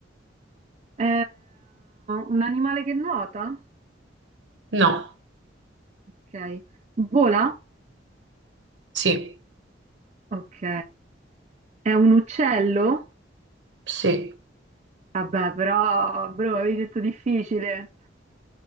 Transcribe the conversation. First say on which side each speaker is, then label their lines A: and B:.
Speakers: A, on the right; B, on the right.
A: eh, un animale che nuota?
B: No,
A: Ok. Vola?
B: sì,
A: Ok. È un uccello?
B: sì. Eh,
A: Vabbè, però, bro, avevi detto difficile.